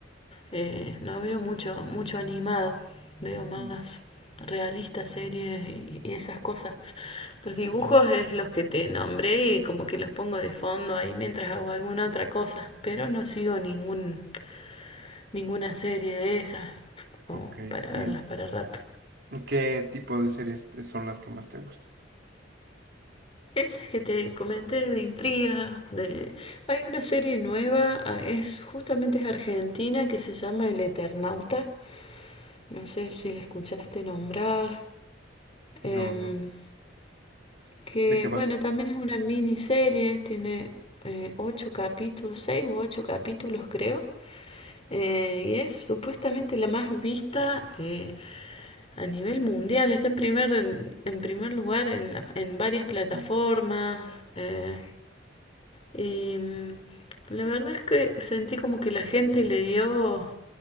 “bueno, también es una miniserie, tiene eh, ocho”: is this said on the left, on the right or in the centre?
Left